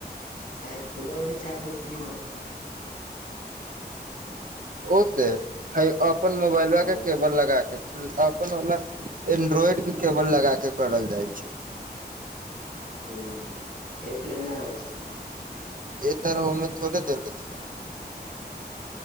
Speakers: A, on the left (about 60°); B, on the right (about 55°).
A: टाआइ फोनबा ओर से चार्ज हो छैय कि नैइ।
B: ओ सेट अइ अपन मोबैलबा
A: हँ
B: के केबल लगाके। आपन वला एंड्रॉइड के केबल लगाके करल जाइ छैय।
A: ओ एतरे नहि होइ छै
B: ए तरोअमे थोड़े देल जाइ छैय।